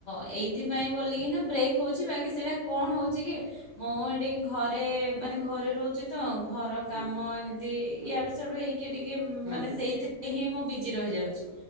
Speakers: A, on the left (about 55°); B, on the right (about 65°).
A: ଏ। ଏଥିପାଇଁ ବୋଲିକିନା ବ୍ରେକ୍ ହୋଉଛି ବାକି ସେଇଟା କଣ ହୋଉଛି କି? ମୁଁ ଏଟି ଘରେ ମାନେ ଘରେ ରୋହୁଛି ତ ଘର। କାମ
B: ହଁ
A: ଏମିତି
B: ହଁ
A: ଇଆଡୁ
B: ହଁ ହଁ।
A: ସିଆଡୁ ହେଇକି ଟିକେ
B: ହୁଁ
A: ମାନେ
B: ହୁଁ
A: ସେଇଥି।
B: ହୁଁ
A: ଏହି ମୁଁ ବିଜି ରହିଯାଉଚି